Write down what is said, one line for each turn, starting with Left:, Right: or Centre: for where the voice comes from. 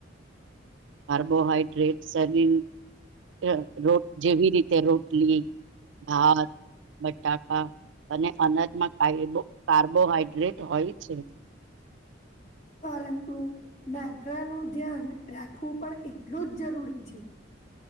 Right: કાર્બોહાઈડ્રેટ શરીર રોટ જેવી રીતે રોટલી હા બટાકા અને અનજમાં કબ કાર્બોહાઈડ્રેટ હોય છે
Left: પરંતુ માત્ર નું ધ્યાન રાખવું પણ એટલું જ જરૂરી છે